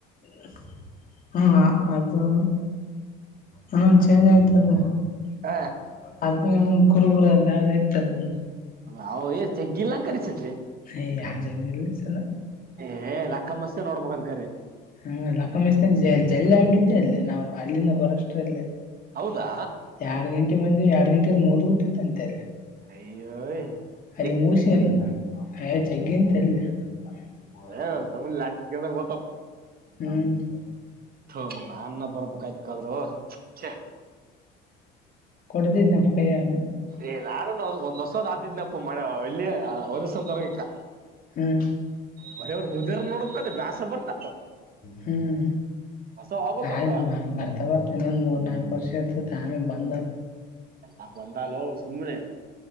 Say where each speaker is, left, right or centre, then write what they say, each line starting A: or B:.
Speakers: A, on the left; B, on the right.
A: <inaudible> ಹ್ಮ ಅದು ಹ ಚೇಂಜ್ ಆಯ್ತದು <inaudible>
B: ಹ
A: ಅದು ಇನ್ನೊಂದು ಕುರುಬುರ ಯಾವ್ದ ಇತ್ತ ಬಂದು
B: ಹ ಏ ಜಗ್ಗಿಲ್ಲ್ಲಾ ಕಸಟ್ವೆ
A: ಏ ಹಾಜಾಗ ಗ ಸಲ್ಲ
B: ಏ ಲಕ್ಕ ಮಸ್ತೆ ನೋಡ್ಬೇಕಂಕರಿ
A: ಹ ಲಕ್ಕ ಮತ ಜಲ್ಲ ಆ ಷ್ಟ ಅ ನಾವು ಅಲ್ಲಿಂದ ಬರೋಷ್ಟ್ರ ಅಲ್ಲೇ
B: ಹೌದಾ
A: ಯಾರ್ ಗಂಟೆ ಬಂದು ಯ ಗಂಟ ಮದ್ಬ ಬಿಟ್ಟಿತ್ತು ಅಂತೆ ಎಲ್ಲ
B: ಹ <inaudible>
A: ಅಲ್ಲಿ ಮುಸ ಅಲ್ಲ ಜಗ್ಗಿಂತಲ್ಲ <inaudible> ೋದರಲ
B: ಏ ಸುಮ್ನೆ ಲೆಕ್ಕ ಕೇಳ್ದಂಗ
A: <inaudible>
B: ಹ ನ ಅನ್ನ ಬರ್ಬೇಕಾಯ್ ಕಾದ್ರು ಛೆ
A: ಕೊಡತ ಕೈಗ
B: ಏ ನಾನು ಒಂದ್ರ್ಸದ್ ಆದಿದ್ನಪ್ಪ ಮ ಇಲ್ಲಿಯ ಒಸರಗಕ್ಕ
A: ಹ್ಮ್
B: ಬರೆಯವ್ರ ಮುದರ್ ನೋಡಬೇಕ ಬ್ಯಾಸ ಬರ್ತ
A: ಹ್ಮ್
B: ಹೊಸ ಹೋಗ್ಬೇಕಪ್ಪ
A: <inaudible> ಆ ಬರ್ತಾ ಬರ್ತ ಇನ್ನೊಂದ್ ಮೂರ್ ನಾಲ್ಕು ವರ್ಷ ಇರ್ತತಿ ಆಮೇ ಬಂದ
B: ಆಾ ಬಂದಾಲೋ ಸುಮ್ಮನೆ